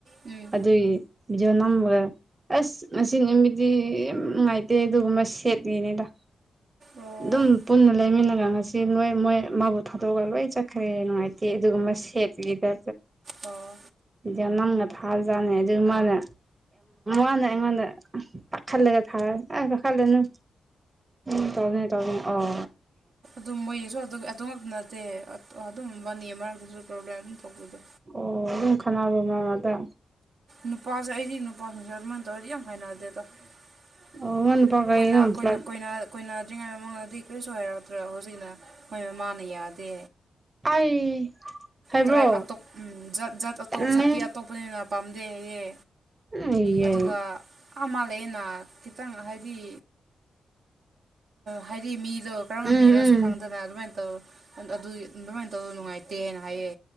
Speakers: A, on the right; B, on the right.
A: ꯎꯝ
B: ꯑꯗꯨꯒꯤ ꯚꯤꯗꯤꯑꯣ ꯅꯝꯃꯒ ꯑꯁ ꯉꯁꯤ ꯃꯤꯗꯤ ꯌꯥꯝ ꯅꯨꯡꯉꯥꯏꯇꯦ ꯑꯗꯨꯒꯨꯝꯕ ꯁꯦꯠꯂꯤꯅꯤꯗ
A: ꯑꯣ
B: ꯑꯗꯨꯝ ꯄꯨꯟꯅ ꯂꯩꯃꯤꯟꯅꯔ ꯉꯁꯤ ꯅꯣꯏ ꯃꯣꯏ ꯃꯥꯕꯨ ꯊꯥꯗꯣꯛꯑꯒ ꯂꯣꯏ ꯆꯠꯈ꯭ꯔꯦ ꯅꯨꯡꯉꯥꯏꯇꯦ ꯑꯗꯨꯒꯨꯝꯕ ꯁꯦꯠꯀꯤꯗ
A: ꯑꯣ
B: ꯏꯗꯤ ꯅꯝꯒ ꯊꯥꯔꯖꯥꯠꯅꯤ ꯑꯗꯨꯒꯤ ꯃꯥꯜꯅ ꯃꯅꯉꯣꯟ ꯄꯥꯈꯥ ꯂꯩꯀꯦ ꯊꯥ ꯑꯦ ꯄꯥꯈꯥ ꯂꯩꯅꯣ ꯎꯝ ꯇꯕꯅꯦ ꯇꯕꯅꯦ ꯑꯣ
A: ꯑꯗꯨꯝ ꯃꯣꯏꯁꯨ ꯑꯗꯨ ꯑꯗꯨ ꯉꯛꯇ ꯅꯠꯇꯦ ꯑꯗꯨꯝꯕꯅꯤ ꯃꯔꯛꯇꯁꯨ ꯄ꯭ꯔꯣꯕ꯭ꯂꯦꯝ ꯑꯗꯨꯝ ꯊꯣꯛꯧꯕꯤꯗ
B: ꯑꯣ ꯎꯨꯡ ꯈꯥꯟꯕ ꯃꯃꯗ
A: ꯅꯨꯄꯥꯁꯦ ꯑꯩꯗꯤ ꯅꯨꯄꯥꯁꯤꯡꯁꯦ ꯑꯗꯨꯃꯥꯏꯅ ꯇꯧꯔꯗꯤ ꯌꯥꯝ ꯐꯥꯏꯅꯦ ꯑꯗꯨꯗ ꯑꯩꯈꯣꯏꯅ
B: ꯑꯣ ꯅꯪ ꯅꯨꯄꯥ ꯀꯔꯤꯅꯣ
A: ꯑꯩꯈꯣꯏꯅ
B: ꯐ꯭ꯂꯠ
A: ꯑꯩꯈꯣꯏꯅ ꯀꯨꯣꯏꯅꯗ꯭ꯔꯤꯉꯩ ꯃꯃꯥꯡꯗꯗꯤ ꯀꯔꯤꯁꯨ ꯍꯥꯏꯔꯛꯇ꯭ꯔꯣ ꯍꯧꯖꯤꯛꯅ ꯃꯣꯏ ꯃꯃꯅ ꯌꯥꯗꯦ
B: ꯑꯩ ꯍꯥꯏꯕ꯭ꯔꯣ
A: ꯇ꯭ꯔꯥꯏꯞ ꯑꯇꯞꯖꯠ ꯖꯥꯇꯤ
B: ꯇꯜꯂꯦ
A: ꯑꯇꯣꯞ ꯀꯄꯅꯤꯅ ꯄꯥꯝꯗꯦꯌꯦ
B: ꯑꯩꯌꯦ
A: ꯑꯗꯨꯒ ꯑ ꯃꯥꯜꯂ ꯑꯅ ꯈꯤꯇꯪ ꯍꯥꯏꯗꯤ ꯍꯥꯏꯗꯤ ꯃꯤꯗꯣ ꯀꯔꯝꯕ
B: ꯎꯝ
A: ꯃꯤꯔꯁꯨ
B: ꯎꯝ
A: ꯈꯪꯗꯅ ꯑꯗꯨꯃꯥꯏꯅ ꯇꯧ ꯑꯗꯨꯒꯤ ꯑꯗꯨꯃꯥꯏꯅ ꯇꯧꯗꯣ ꯅꯨꯡꯉꯥꯏꯇꯦꯅ ꯍꯥꯏꯌꯦ